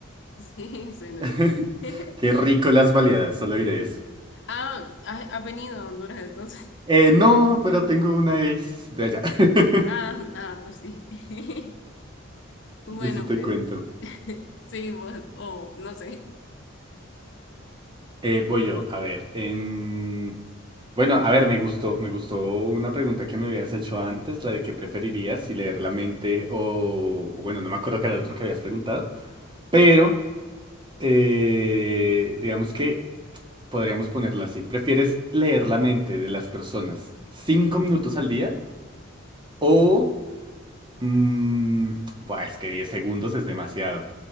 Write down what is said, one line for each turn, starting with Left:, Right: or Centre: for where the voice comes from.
Left: Sí, <laughs> soy de
Right: <laughs>
Left: Honduras. <laughs>
Right: Qué rico las baleadas, solo diré eso.
Left: Ah, has, has venido a Honduras entonces.
Right: Eh,
Left: <laughs>
Right: no, pero tengo una ex de allá. <laughs>
Left: Ah, ah, pues sí. <laughs> Bueno,
Right: Eso te
Left: pues.
Right: cuento.
Left: <laughs> Sí, vos, o no sé.
Right: Eh, voy yo, a ver. em, Bueno, a ver, me gustó, me gustó una pregunta que me habías hecho antes, la de qué preferirías, si leer la mente o, o bueno, no me acuerdo qué era el otro que habías preguntado, pero eh, digamos que podríamos ponerla así. ¿Prefieres leer la mente de las personas cinco minutos al día o... mm, buah, es que 10 segundos es demasiado.